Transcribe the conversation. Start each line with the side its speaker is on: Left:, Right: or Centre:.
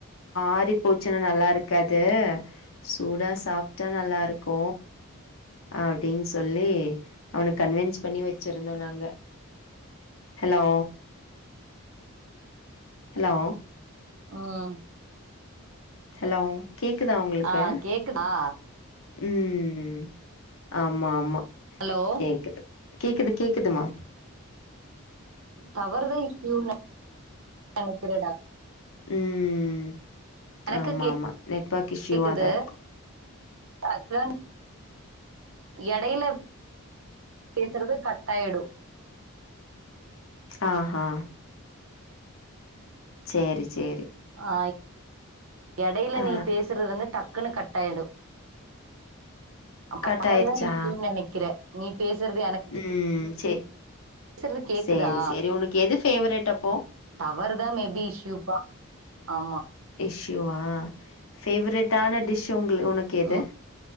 Left: ஆரிப் போச்சின நல்லாருக்காது சூடா சாப்ட்டா நல்லாருக்கு அப்டின்னு சொல்லி அவன கன்வின்ஸ் பண்ணி வச்சிருந்தோ நாங்க ஹலோ ஹலோ
Right: ம்
Left: ஹலோ கேக்குதா உங்களுக்கு
Right: ஆ கேக்குதா
Left: ம் ஆமாம்மா
Right: ஹலோ
Left: கேக்குது கேக்குது கேக்குதுமா
Right: டவர் தா இஷ்யூ நெனைக்கிறடா
Left: ம்
Right: எனக்கு
Left: ஆமாம்மா நெட்வொர்க்
Right: கேக்குது
Left: இஷ்யூவா தா இருக்கு
Right: <unintelligible> எடையில பேசுறது கட்டாயிடும்
Left: ஆ ஹா சேரி செரி
Right: ஆ எடையில
Left: ஆ
Right: நீ பேசுறது வந்து டக்குன்னு கட்டாயிடு ஆமா
Left: கட்
Right: டவர்தா
Left: ஆயிருச்சா?
Right: இஷ்யூனு நெனைக்கிறே நீ பேசுறது எனக்
Left: ம் சே
Right: பேசறது கேக்குதா
Left: சேரி, சேரி. உனக்கு எது ஃபேவரட் அப்போ?
Right: டவர் தா மேபி இஷ்யூப்பா ஆமா
Left: இஷ்யூாவா ஃபேவரடான டிஷ் உங்களு உனக்கு எது
Right: ம்.